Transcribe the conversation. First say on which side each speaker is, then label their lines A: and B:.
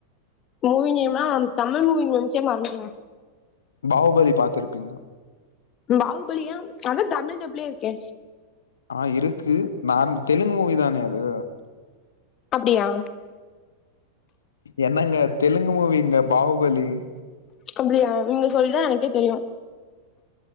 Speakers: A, on the left (about 30°); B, on the left (about 70°).
A: மூவி நேம்னா தமிழ் மூவி நேம்ஸே மறந்துருவே
B: பாகுபலி பாத்துருப்பீங்க
A: பாகுபலியா அதா தமிழ் டப்லே இருக்கே
B: ஆ இருக்கு நார் தெலுங்கு மூவி தானே அது
A: அப்டியா
B: என்னங்க தெலுங்கு மூவிங்க பாகுபலி
A: அப்டியா நீங்க சொல்லிதா எனக்கே தெரியு